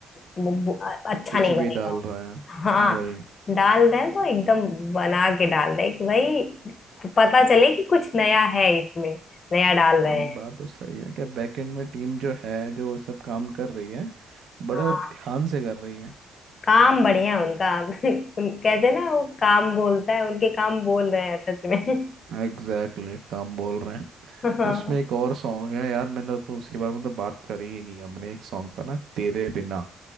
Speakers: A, on the left; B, on the right.
A: वो- वो- अच्छा
B: कुछ
A: नहीं बनेगा
B: भी डाल रहे हैं
A: हाँ
B: वही
A: डाल रहे हैं तो एकदम बना के डाल रहे हैं कि भाई पता चले कि कुछ नया है इसमें नया डाल
B: हम्म,
A: रहे हैं
B: बात तो सही है कि बैकएंड में टीम जो है जो सब काम कर रही है बड़ा
A: हाँ
B: ध्यान से कर रही है
A: काम बढ़िया है उनका <laughs> कहते हैं ना वो काम बोलता है उनके काम बोल रहे हैं सच में <laughs>
B: एग्जैक्टली exactly, काम बोल रहे हैं
A: हाँ
B: उसमें एक और सॉन्ग है यार मैंने तो उसके बारे में तो बात करी ही नहीं हमने एक सॉन्ग था ना तेरे बिना